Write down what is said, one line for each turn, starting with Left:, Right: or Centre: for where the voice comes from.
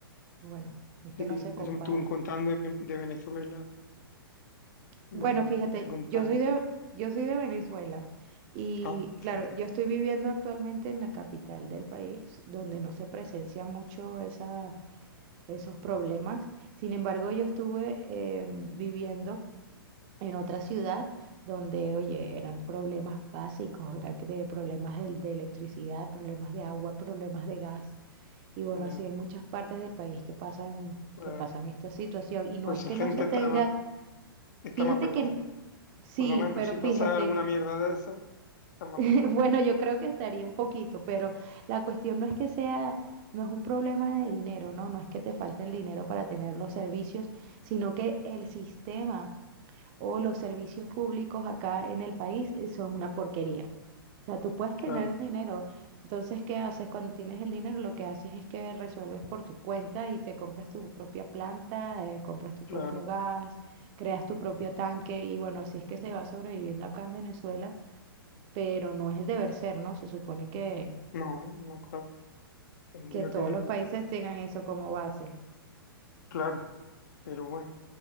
Right: Y Bueno, es que
Left: Sí,
Right: no se compara.
Left: eso me estuvo contando de, Ven- de Venezuela, me,
Right: Bueno, fíjate,
Left: me contaron.
Right: yo soy de, yo soy de Venezuela y
Left: Ah,
Right: claro,
Left: fíjate,
Right: yo estoy viviendo actualmente en la capital del país, donde no se presencian mucho esa- esos problemas. Sin embargo, yo estuve em, viviendo en otra ciudad donde, oye, eran problemas básicos, era que de problemas de de electricidad, problemas de agua, problemas de gas. Y bueno,
Left: ya,
Right: así hay muchas partes del país que pasan,
Left: pues,
Right: que pasan esta situación. Y no
Left: pues
Right: es
Left: esa
Right: que
Left: gente
Right: no se tenga,
Left: está más, está
Right: fíjate
Left: más preparada.
Right: que sí,
Left: Por lo menos,
Right: pero
Left: si
Right: fíjate,
Left: pasa alguna mierda de esa, está
Right: <laughs>
Left: más preparada.
Right: bueno, yo creo que estaría un poquito, pero la cuestión no es que sea, no es un problema de dinero, ¿no? No es que te falte el dinero para tener los servicios, sino que el sistema o los servicios públicos acá en el país eh, son una porquería. O sea, tú puedes
Left: Claro,
Right: tener el dinero. Entonces, ¿qué haces? Cuando tienes el dinero, lo que haces es que resuelves por tu cuenta y te compras tu propia planta, eh, compras tu propio
Left: claro.
Right: gas, creas tu propio tanque y bueno, así es que se va sobreviviendo acá en Venezuela, pero no es el deber ser, ¿no? Se supone que,
Left: No, no, claro. Tendría
Right: que todos
Left: que,
Right: los países tengan eso como base.
Left: claro, pero bueno.